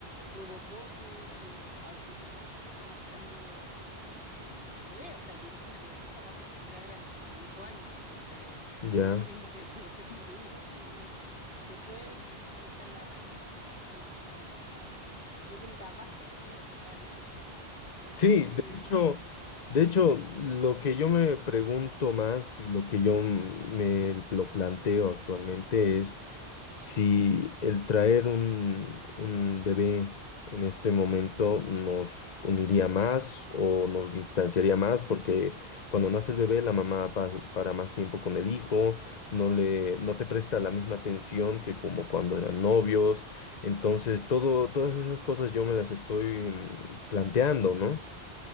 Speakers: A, on the left (about 65°); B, on the left (about 45°).
A: provocó que, que ahora estuviésemos, est- estemos esperando eh, un bebé. O sea, yo imagínate, voy a ser papá por primera vez a mis 38 años. Entonces,
B: ya.
A: por eso mismo te, <laughs> por eso mismo te digo, eh, se puede y, y esa es la, la- la- esa es la, la- la- la- creo que es la base de- para que esto funcione.
B: Sí,
A: Eh,
B: de hecho,
A: no sé si...
B: de hecho, lo que yo me pregunto más y lo que yo me
A: Ujú,
B: lo planteo actualmente es si el traer un, un bebé en este momento nos uniría más o nos distanciaría más, porque cuando nace el bebé la mamá pas- para más tiempo con el hijo, no
A: claro,
B: le, no te presta la misma atención que como cuando
A: ujú,
B: eran novios. Entonces,
A: claro.
B: todo, todas esas cosas yo me las estoy mm, planteando, ¿no?